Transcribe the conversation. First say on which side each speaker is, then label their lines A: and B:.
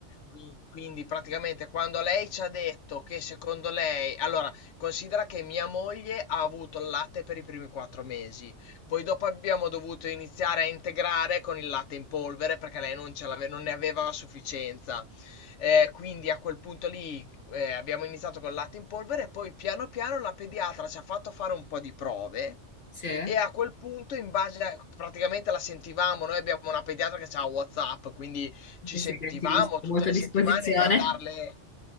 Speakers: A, on the left (about 70°); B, on the left (about 55°).
A: Qui- Quindi praticamente quando lei ci ha detto che secondo lei, allora considera che mia moglie ha avuto il latte per i primi quattro mesi, poi dopo abbiamo dovuto iniziare a integrare con il latte in polvere perché lei non, ce l'ave- non ne aveva a sufficienza. Eh, quindi a quel punto lì eh, abbiamo iniziato con il latte in polvere e poi piano piano la pediatra ci ha fatto fare un po' di prove.
B: sì. Se
A: E a quel punto, in base a, praticamente la sentivamo, noi abbiamo una pediatra che ha WhatsApp, quindi ci
B: sei
A: sentivamo
B: gentilissimo,
A: tutte
B: molto
A: le
B: a disposizione,
A: settimane per darle...